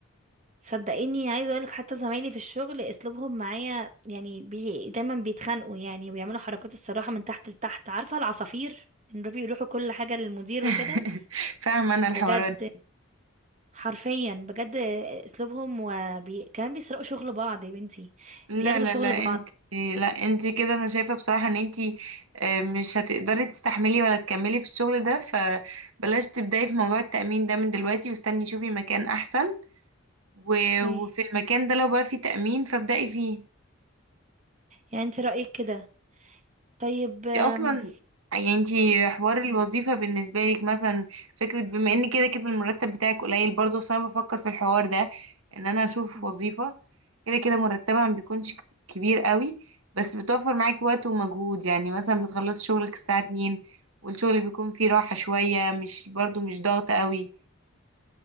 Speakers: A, on the right; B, on the right.
A: صدقيني عايزه اقولك حتى زمايلي في الشغل اسلوبهم معايا يعني بي دايما بيتخانقوا يعني وبيعملوا حركات الصراحه من تحت لتحت عارفه العصافير ان بي- بيروحوا كل حاجه للمدير
B: <laughs>
A: وكده
B: فاهمة انا الحوارات
A: بجد
B: دي
A: حرفيا بجد اسلوبهم وبي... كمان بيسرقوا شغل بعض يا بنتي
B: لا
A: بياخدوا
B: لا
A: شغل
B: لا
A: بعض
B: انت لا انت كده انا شايفة بصراحة ان انت آه، مش هتقدري تستحملي ولا تكملي في الشغل ده فبلاش تبداي في موضوع التأمين ده من دلوقتي واستني شوفي مكان احسن و...
A: اوكي
B: وفي المكان ده لو بقى فيه تأمين فابدأي فيه
A: يعني انت رايك كده طيب آم،
B: دي اصلا يعني انتي حوار الوظيفة بالنسبة لك مثلا فكرة بما ان كده كده المرتب بتاعك قليل برضه بس انا بفكر في الحوار ده ان انا اشوف
A: مم.
B: وظيفة كده كده مرتبها ما بيكونش ك- كبير قوي بس بتوفر معاكي وقت ومجهود يعني مثلا بتخلصي شغلك الساعة 2 والشغل بيكون فيه راحة شوية مش برضه مش ضغط قوي